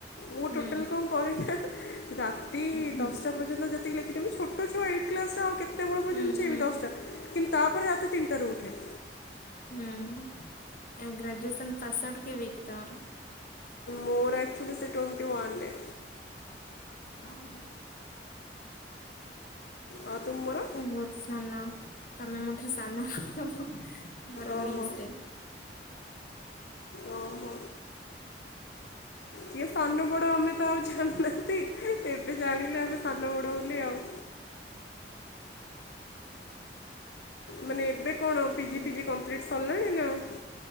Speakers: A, on the left; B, on the left.
A: ମୁଁ
B: ହୁଁ
A: ଟୋଟାଲ କଣ କରିନା ରାତି
B: ହୁଁ
A: ଦଶଟା ପର୍ଯ୍ୟନ୍ତ ଯେ <inaudible> ଛୋଟ ଏଇଟ କ୍ଲାସରେ ଆଉ କେତେ କେତେବେଳେ ପର୍ଯ୍ୟନ୍ତ
B: ହୁଁ
A: ଚେନେବେ
B: ହୁଁ।
A: ଦଶଟା କିନ୍ତୁ ତାପରେ ରାତି ତିନିଟାରୁ ଉଠେ।
B: ହୁଁ ଗ୍ରାଜୁଏସନ୍ ପାସ ଆଉଟ କେବେ ହେଇଛି ତମର?
A: ମୋର ଆକ୍ଚୁଲି ସେ ଟ୍ୱଣ୍ଟିୱାନ୍ ରେ।
B: ହଁ,।
A: ଆଉ ତୁମର
B: ସେ ବହୁତ ସାନ ତମେ ମୋଠାରୁ ସାନ ମୋର
A: ଓହୋ
B: ଉଣେଇଶ ରେ।
A: ଓ ହୋ କିଏ ସାନୁ ବଡ ଆମେ ଆଉ ଜାନିନାହାନ୍ତି ଏବେ ଜାଣିଲେ ଆମେ ସାନ ବଡ ବୋଲି ଆଉ, ମାନେ ଏବେ କଣ ପିି
B: ହୁଁ
A: ଜି ଫିଜି କମ୍ପ୍ଲିଟ ସ ନାଁ ନାଁ